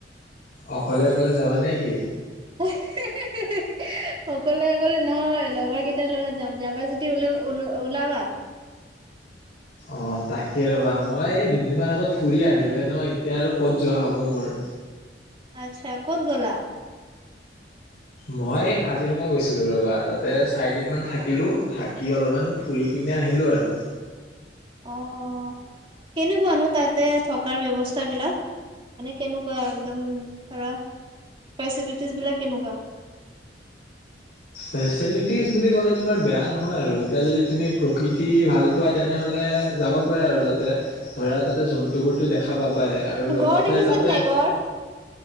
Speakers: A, on the left (about 55°); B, on the right (about 30°).
A: অকলে অকলে যাবা নে কি
B: হে হেহু হেহু সকলোৱে কলে নহয় লগৰ কেইটাৰ লগত যাম যাবা যদি ওল ওলাবা
A: অঁ তাকে ৰ'বা মই এই দুদিনমান আগত ফুৰি আহিলোঁহে ন এতিয়া আৰু ক'ত যোৱা হ'ব মোৰ
B: আচ্ছা ক'ত গলা
A: মই কাজিৰঙা গৈছিলোঁ ৰ'বা তাতে চাৰিদিনমান থাকিলোঁ থাকি অলপমান ফুৰি পিনে আহিলোঁ আৰু
B: অ অ কেনেকুৱানো তাতে থকাৰ ব্যৱস্থাবিলাক মানে কেনেকুৱা একদম ধৰা ফেচিটিজ বিলাক কেনেকুৱা
A: ফেচিটিজ বুলি ক'লে তোমাৰ বেয়া নহয় আৰু ফেচেলিটিজ এতিয়া যদি তুমি প্ৰকৃতি ভাল পোৱা তেনেহলে যাব পাৰা আৰু তাতে ধৰা তাতে জন্তুবোৰতো দেখা পোৱা পাই আৰু লগতে
B: গড় দেখিছা
A: তাতে
B: নাই গড়?